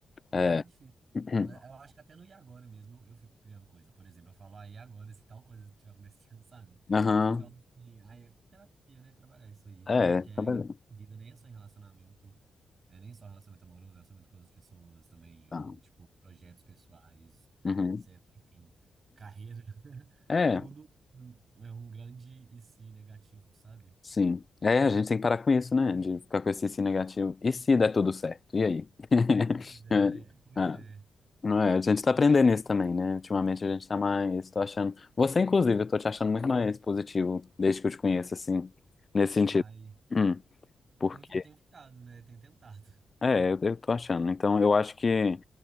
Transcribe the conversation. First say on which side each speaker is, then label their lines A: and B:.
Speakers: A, on the left; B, on the right.
A: É.
B: É muito difícil.
A: <clears throat>
B: Mas Eu acho que até no e agora mesmo eu, eu fico criando coisa. Por exemplo, eu falo, ah, e agora se tal coisa estiver acontecendo, <laughs> sabe?
A: Aham.
B: Então, assim, aí é terapia, né? Trabalhar isso aí.
A: É,
B: Porque é
A: trabalhando.
B: em tudo na vida nem é só em relacionamento, é nem só relacionamento amoroso, é relacionamento com outras pessoas também,
A: Tá.
B: ou, tipo, projetos pessoais, é,
A: Uhum.
B: etc. Enfim, carreira. <laughs>
A: É,
B: Tudo
A: é,
B: é um grande e se negativo, sabe?
A: sim. É, a gente tem que parar com isso, né? De ficar com esse se negativo. E se der tudo certo? E aí? <laughs>
B: Pois é,
A: É.
B: pois
A: Ah.
B: é.
A: Não é, a gente tá aprendendo isso também, né? Ultimamente a gente tá mais, tô achando. Você, inclusive, eu tô te achando muito mais positivo desde que eu te conheço, assim, nesse sentido.
B: Ai,
A: Hum, porque,
B: tem, fi- tem ficado, né? Tem tentado. <laughs>
A: é, eu, eu tô achando. Então, eu acho que